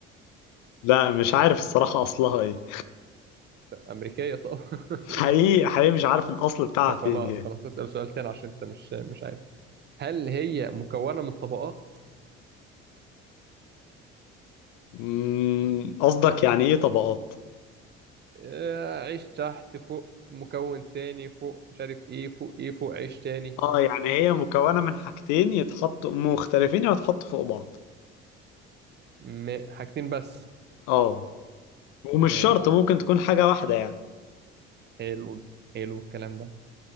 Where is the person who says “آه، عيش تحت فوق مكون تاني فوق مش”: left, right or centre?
Right